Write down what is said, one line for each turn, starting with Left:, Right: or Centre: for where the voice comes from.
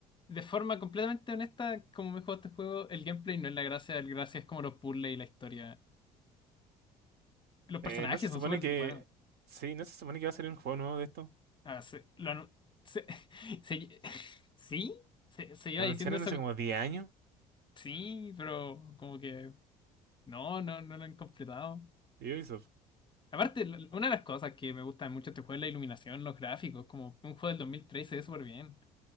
Left: de forma completamente honesta, como me he jugado este juego, el gameplay no es la gracia, el gracia es como los puzzles y la historia. Los personajes
Right: Eh, no se
Left: son
Right: supone
Left: súper
Right: que.
Left: buenos.
Right: Sí, no se supone que va a salir un juego nuevo de esto.
Left: Ah, se, lo anu- se- <laughs> se- sí, se, se iba
Right: Lo
Left: diciendo
Right: anunciaron
Left: eso.
Right: hace como diez años.
Left: Sí, pero como que no, no, no lo han completado.
Right: de Ubisoft.
Left: Aparte, lo- una de las cosas que me gusta mucho de este juego es la iluminación, los gráficos, como un juego del 2013 se ve súper bien.